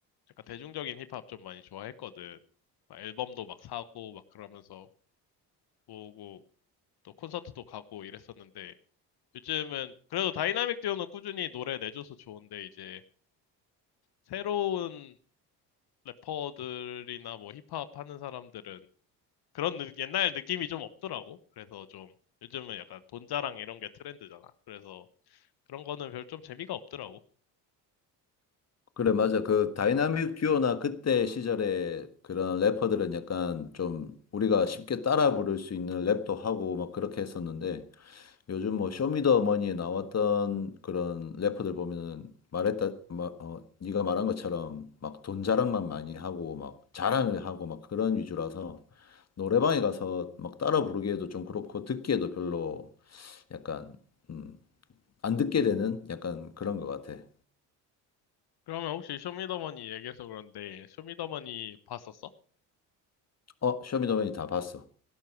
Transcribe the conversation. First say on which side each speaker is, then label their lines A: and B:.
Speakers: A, on the left; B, on the left.
A: 약간 대중적인 힙합 좀 많이 좋아했거든. 막 앨범도 막 사고 막 그러면서 모으고 또 콘서트도 가고 이랬었는데 요즘은 그래도 다이나믹 듀오는 꾸준히 노래 내줘서 좋은데 이제 새로운 래퍼들이나 뭐 힙합 하는 사람들은 그런 느- 옛날 느낌이 좀 없더라고. 그래서 좀 요즘은 약간 돈 자랑 이런 게 트렌드잖아. 그래서 그런 거는 별 좀 재미가 없더라고.
B: 그래, 맞아. 그 다이나믹 듀오나 그때 시절에 그런 래퍼들은 약간 좀 우리가 쉽게 따라 부를 수 있는 랩도 하고 막 그렇게 했었는데 요즘 뭐 쇼미더머니에 나왔던 그런 래퍼들 보면은 말했다 마, 어, 네가 말한 것처럼 막 돈 자랑만 많이 하고 막 자랑을 하고 막 그런 위주라서 노래방에 가서 막 따라 부르기에도 좀 그렇고 듣기에도 별로 약간 음, 안 듣게 되는 약간 그런 것 같아.
A: 그러면 혹시 쇼미더머니 얘기해서 그런데 쇼미더머니 봤었어?
B: 어, 쇼미더머니 다 봤어.